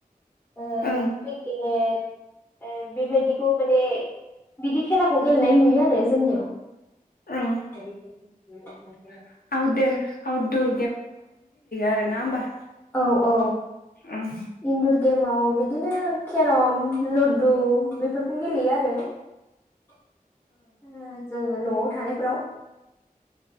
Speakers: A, on the left (about 15°); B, on the left (about 80°).
A: ओ क्रिकेट।
B: ओं
A: ओ बेबायदिखौ माने बिदि खेलाखौ गेलेनाय नुयो आरो जोंनियाव। <unintelligible>
B: ओं
A: <inaudible>
B: <unintelligible> गेलेयो आरो ना होमबा?
A: औ औ
B: ओं
A: इन्दुर गेमाव। बिदिनो केरम लुडु बेफोरखौ गेलेयो आरो । ओ जोंङो न'अद थानायफ्राव।